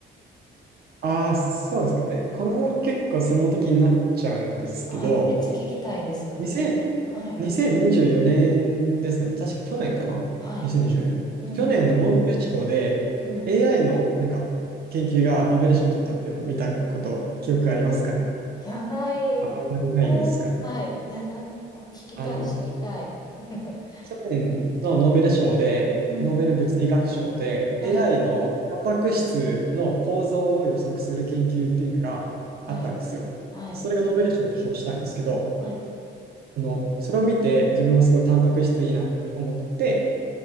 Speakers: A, on the right; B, on the left.
A: ああ、そうですか。え、これも結構専門的になっちゃうんですけど、
B: はい。めっちゃ聞きたいです。
A: 2
B: めはい。
A: 0 2 4年ですね。確か去年かな
B: はい。
A: ?2024 年。
B: うん。
A: 去年のノーベル賞で
B: うん。
A: AI のなんか研究がノーベル賞を取ったっていうのを見たこと、記憶ありますかね
B: いや、ない。
A: あんまりないですかね。
B: ね。はい。いや、な、お聞きたい、
A: あの、
B: 知りたい。<laughs>
A: 去年のノーベル賞で、
B: うん。
A: ノーベル物理学賞で、
B: はい。
A: AI のタンパク質の構造を予測する研究っていうのがあったんですよ。
B: はい。はい。
A: それがノーベル賞を受賞したんですけど、
B: はい。
A: その、それを見て自分はすごいタンパク質いいなって思って、